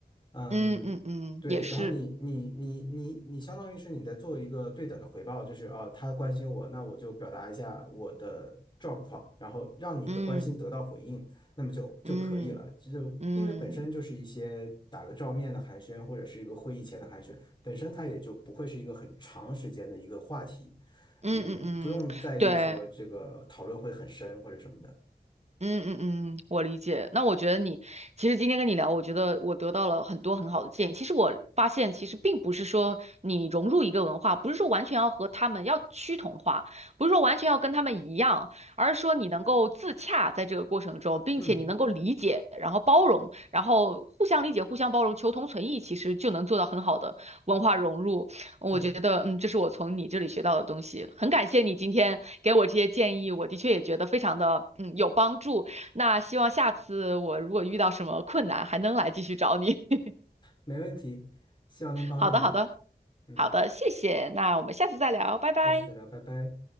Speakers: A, on the left; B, on the right.
A: 嗯，
B: 嗯嗯嗯，
A: 对，
B: 也是，
A: 然后你你你你你相当于是你在做一个对等的回报，就是啊，他关心我，那我就表达一下我的状况，然后让你的关心得到回应，
B: 嗯
A: 那么就就可以了。
B: 嗯
A: 这就因为本身就是一些打个照面的寒暄，
B: 嗯嗯
A: 或者是一个会议前的寒暄，本身它也就不会是一个很长时间的一个话题，
B: 嗯嗯嗯，
A: 嗯，不用在意说这个讨论会很深或者什么的。
B: 对。嗯嗯嗯，我理解。那我觉得你其实今天跟你聊，我觉得我得到了很多很好的建议。其实我发现，其实并不是说你融入一个文化，不是说完全要和他们要趋同化，不是说完全要跟他们一样，而是说你能够自洽在这个过程中，并且你能够理解，
A: 嗯，
B: 然后包容，然后互相理解、互相包容、求同存异，其实就能做到很好的文化融入。
A: 是的，
B: 我觉得，嗯，这是我从你这里学到的东西，很感谢你今天给我这些建议，我的确也觉得非常的，嗯，有帮助。那希望下次我如果遇到什么困难，还能来继续找你。<laughs>
A: 没问题，希望能帮到你。
B: 好的，好的，
A: 嗯，
B: 好的，谢谢。那我们下次再聊，拜拜。
A: 下次再聊，拜拜。